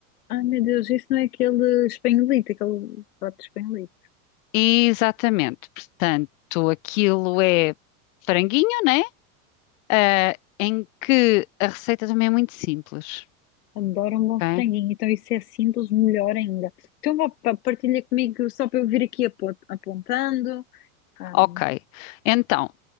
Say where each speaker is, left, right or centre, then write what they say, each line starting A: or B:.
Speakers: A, on the left; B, on the left.
A: Ai meu Deus, isso não é aquele espanholito, aquele prato espanholito.
B: Exatamente, portanto, aquilo é franguinho, né? Ah, em que a receita também é muito simples,
A: Adoro um bom
B: ok?
A: franguinho, então isso é simples, melhor ainda. Então vá, pá, partilha comigo só para eu vir aqui apo- apontando. Ahm,
B: Ok, então,